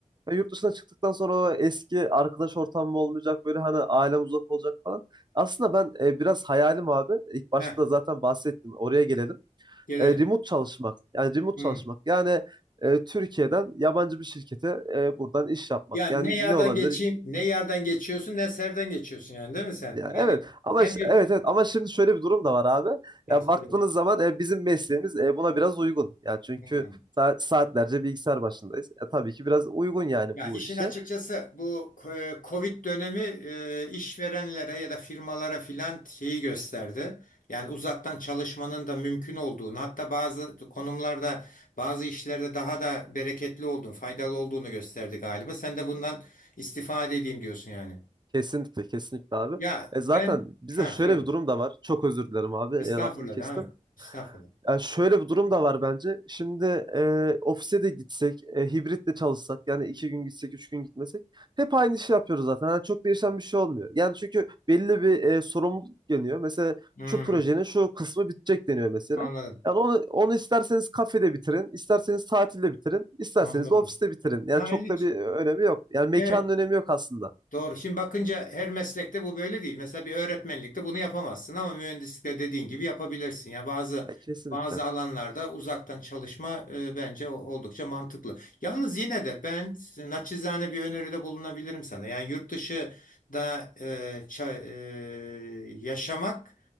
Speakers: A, on the right (about 35°); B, on the left (about 75°).
A: Ya yurt dışına çıktıktan sonra o eski arkadaş ortamım olmayacak böyle hani ailem uzak olacak falan. Aslında ben e, biraz hayalim abi. İlk başta
B: heh,
A: da zaten bahsettim. Oraya gelelim
B: gelelim.
A: e, remote çalışmak. Yani remote
B: Hmm.
A: çalışmak. Yani e, Türkiye'den yabancı bir şirkete e, buradan iş yapmak.
B: Yani
A: Yani
B: ne yerden
A: ne olabilir?
B: geçeyim, ne yerden geçiyorsun, ne serden geçiyorsun yani değil mi sen?
A: Ya
B: Yani
A: evet ama
B: hem
A: ş-
B: bir
A: evet evet ama şimdi şöyle bir durum da var abi.
B: yani
A: Ya
B: söyle.
A: baktığınız zaman e, bizim mesleğimiz e, buna biraz uygun. Ya çünkü
B: Hmm.
A: sa- saatlerce bilgisayar başındayız. Ya tabii ki biraz uygun yani
B: Ya
A: bu
B: işin
A: işe.
B: açıkçası bu e, Covid dönemi e, işverenlere ya da firmalara filan şeyi gösterdi. Yani uzaktan çalışmanın da mümkün olduğunu, hatta bazı konumlarda, bazı işlerde daha da bereketli olduğunu, faydalı olduğunu gösterdi galiba. Sen de bundan istifade edeyim diyorsun yani.
A: Kesinlikle kesinlikle abi.
B: Ya
A: E, zaten
B: ben
A: bize
B: ha
A: şöyle
B: söyle.
A: bir durum da var. Çok özür dilerim abi. E,
B: Estağfurullah
A: lafını kestim.
B: devam et. Estağfurullah.
A: Ya şöyle bir durum da var bence. Şimdi e, ofise de gitsek, e, hibrit de çalışsak, yani iki gün gitsek, üç gün gitmesek, hep aynı işi yapıyoruz zaten. Yani çok değişen bir şey olmuyor. Yani çünkü belli bir e, sorumluluk geliyor. Mesela
B: Hmm.
A: şu projenin şu kısmı bitecek deniyor mesela.
B: Anladım,
A: Yani onu, onu isterseniz kafede bitirin, isterseniz tatilde bitirin, isterseniz
B: anladım.
A: de ofiste bitirin. Yani
B: Ha,
A: çok
B: ilginç.
A: da bir önemi yok. Yani mekanın
B: Evet,
A: önemi yok aslında.
B: doğru. Şimdi bakınca her meslekte bu böyle değil. Mesela bir öğretmenlikte bunu yapamazsın ama mühendislikte dediğin gibi yapabilirsin. Ya bazı
A: E, kesinlikle.
B: bazı alanlarda uzaktan çalışma e, bence o- oldukça mantıklı. Yalnız yine de ben naçizane bir öneride bulunabilirim sana. Yani yurt dışı da e, ça- e, yaşamak